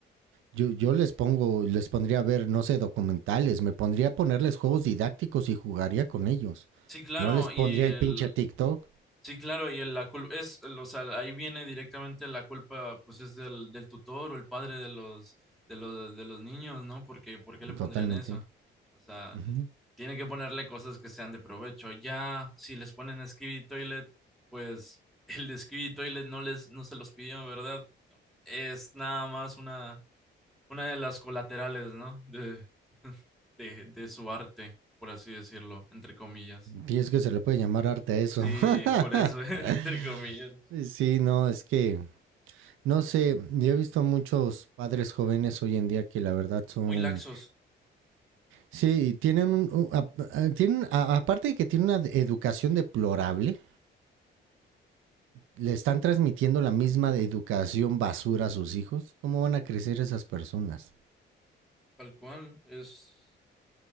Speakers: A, on the right; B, in the centre.
A: yo, yo les pongo, les pondría a ver, no sé, documentales, me pondría a ponerles juegos didácticos y jugaría con ellos.
B: Sí, claro,
A: No les
B: y
A: pondría
B: el,
A: el pinche TikTok.
B: Sí, claro, y el- la culpa es, el- o sea, ahí viene directamente la culpa, pues es del, del tutor o el padre de los, de los, de los niños, ¿no? Porque, ¿por qué le pondrían
A: Totalmente.
B: eso? O sea,
A: Ujú.
B: tiene que ponerle cosas que sean de provecho. Ya, si les ponen Skibidi Toilet, pues <laughs> el de Skibidi Toilet no les, no se los pidió, ¿verdad? Es nada más una, una de las colaterales, ¿no? De, <laughs> de, de su arte, por así decirlo, entre comillas.
A: Y es que se le puede llamar arte a eso.
B: Sí,
A: <laughs>
B: por eso, <laughs> entre comillas.
A: sí, no, es que No sé, yo he visto muchos padres jóvenes hoy en día que la verdad son,
B: muy laxos,
A: sí, tienen, un- un- a- a- tienen a- aparte de que tienen una de- educación deplorable, le están transmitiendo la misma de educación basura a sus hijos. ¿Cómo van a crecer esas personas?
B: tal cual, es,